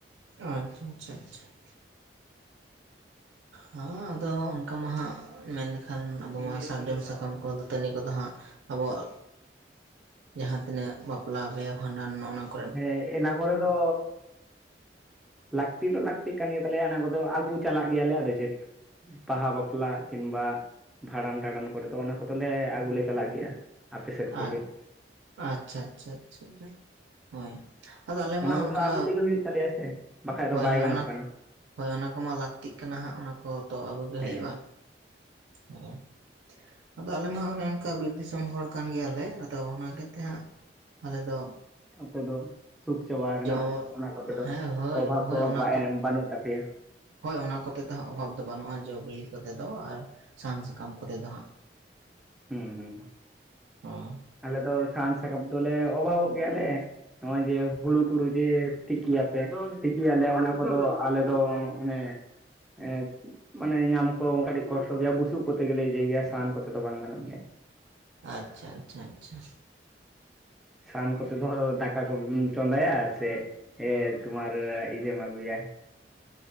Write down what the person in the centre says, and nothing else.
<inaudible>
ᱦᱮᱸ ᱤᱱᱟᱹ ᱠᱚᱨᱮ ᱫᱚ ᱞᱟᱹᱠᱛᱤ ᱫᱚ ᱞᱟᱹᱠᱛᱤᱜ ᱠᱟᱱ ᱜᱮ ᱛᱟᱞᱮᱭᱟ ᱚᱱᱟ ᱠᱚᱫᱚ ᱟᱹᱜᱩ ᱪᱟᱞᱟᱜ ᱜᱮᱭᱟᱞᱮ ᱟᱫᱚ ᱪᱮᱫ ᱾ ᱵᱟᱦᱟ ᱵᱟᱯᱞᱟ ᱠᱤᱢᱵᱟ ᱵᱷᱟᱸᱰᱟᱱ ᱴᱟᱰᱟᱱ ᱠᱚᱨᱮᱫ ᱫᱚ ᱚᱱᱟ ᱠᱚᱫᱚ ᱞᱮ ᱟᱹᱜᱩ ᱞᱮ ᱪᱟᱞᱟᱜ ᱜᱮᱭᱟ ᱾ ᱟᱯᱮ ᱥᱮᱫ
ᱠᱚ ᱜᱮ
ᱚᱱᱟ
ᱠᱚᱫᱚ
ᱟᱹᱜᱩ ᱛᱮᱜᱮ ᱦᱩᱭᱩᱜ ᱛᱟᱞᱮᱭᱟ ᱥᱮ ᱵᱟᱠᱷᱟᱡ ᱫᱚ
ᱵᱟᱭ
ᱜᱟᱱᱚᱜ
ᱠᱟᱱᱟ
ᱦᱮᱸ
ᱟᱯᱮ ᱫᱚ ᱥᱩᱠ ᱪᱟᱵᱟ ᱟᱠᱟᱱᱟ
ᱥᱮ ᱚᱱᱟ ᱠᱚᱛᱮ ᱫᱚ
ᱚᱵᱷᱟᱵᱽ
ᱠᱚ
ᱵᱟᱹᱱᱩᱜ ᱛᱟᱯᱮᱭᱟ
ᱦᱩᱸ ᱦᱩᱸ
ᱟᱞᱮ ᱫᱚ ᱥᱟᱦᱟᱱ ᱥᱟᱠᱟᱢ ᱫᱚᱞᱮ ᱚᱵᱷᱟᱵᱚᱜ ᱜᱮᱭᱟᱞᱮ ᱱᱚᱜ-ᱚᱭ ᱡᱮ ᱦᱩᱲᱩ ᱴᱩᱲᱩ ᱡᱮ ᱛᱤᱠᱤᱭᱟᱯᱮ ᱛᱤᱠᱤᱭᱟᱞᱮ ᱚᱱᱟ ᱠᱚᱫᱚ ᱟᱞᱮ ᱫᱚ ᱚᱱᱮ ᱮᱸᱫ ᱢᱟᱱᱮ ᱧᱟᱢ ᱠᱚ ᱠᱟᱹᱴᱤᱡ ᱠᱚᱥᱴᱚ ᱜᱮᱭᱟ ᱵᱩᱥᱩᱯ ᱠᱚᱛᱮ ᱜᱮᱞᱮ ᱤᱭᱟᱹᱭ ᱜᱮᱭᱟ ᱥᱟᱦᱟᱱ ᱠᱚᱛᱮ ᱫᱚ ᱵᱟᱝ ᱜᱟᱱᱚᱜ ᱜᱮᱭᱟ᱾
ᱥᱟᱦᱟᱱ ᱠᱚᱛᱮ ᱫᱚ ᱫᱟᱠᱟ ᱠᱚᱢ ᱪᱚᱸᱫᱟᱭᱟ ᱥᱮ ᱛᱳᱢᱟᱨ ᱤᱡᱟᱹᱢ ᱟᱹᱜᱩᱭᱟ